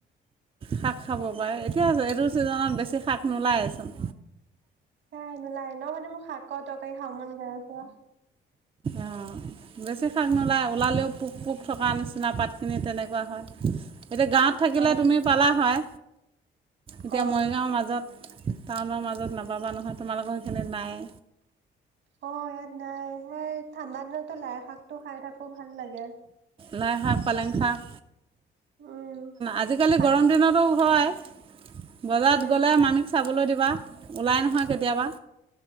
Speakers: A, on the right (about 25°); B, on the right (about 70°).
A: শাক খাব পাৰে এতিয়া এইটো চিজনত বেছি শাক নোলায়েচোন।
B: সেয়া নোলাই ন মানে মোৰ শাক। ক টাকেই খাব মন গৈ আছে।
A: অ বেছি শাক নোলাই ওলালেও পোক পোক থকাৰ নিচিনা পাতখিনি তেনেকোৱা হয় এতিয়া গাঁৱত থাকিলে
B: অ
A: তুমি পালা হয় এতিয়া
B: অ
A: মৰিগাঁৱৰ মাজত টাউনৰ মাজত নাপাবা নহয় তোমালোকৰ সেইখিনিত নাই
B: অ ইয়াত নাই হয় ঠাণ্ডা দিনতো লাই শাক টো খাই থাকো ভাল লাগে
A: লাই শাক পালেং শাক
B: উম
A: আজিকালি
B: পালেং
A: গৰম দিনতো হয় বজাৰত
B: উম
A: গ'লে মামি চাবলৈ দিবা ওলাই নহয় কেতিয়াবা